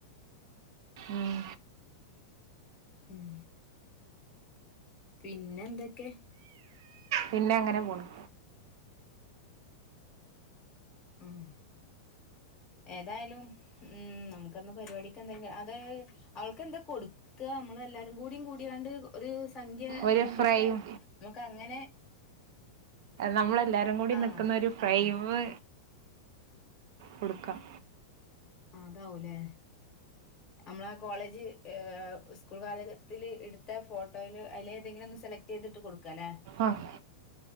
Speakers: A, on the right; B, on the left.
A: ഉം
B: ഉം പിന്നെ എന്തൊക്കെ
A: പിന്നെ അങ്ങനെ പോണം
B: ഉം ഏതായാലും ഉംനമുക്കന്ന് പരിപാടിക്ക് എന്തെങ്കിലും അത് അവൾക്ക് എന്തോ കൊടു ക്ക നമ്മള എല്ലാരും കൂടി കൂടിയാണ്ട് ഒരു സംഖ്യ
A: ഒരു
B: ഇട്ടിട്ട്
A: ഫ്രൈയും
B: നമുക്ക് അങ്ങനെ
A: നമ്മളെ എല്ലാരും കൂടി
B: ആഹ്
A: നിക്കുന്ന ഒരു ഫ്രൈമ് കൊടുക്കാം
B: അതാവൂല്ലേ നമ്മള ആ കോളേജ് സ്കൂൾ കാലത്തിൽ എടുത്ത ഫോട്ടോയിൽ അല്ലെ ഏതെങ്കിലും ഒ സെലക്ട് ചെയ്തിട്ട് കൊടുക്കാല്ലെ
A: ആഹ്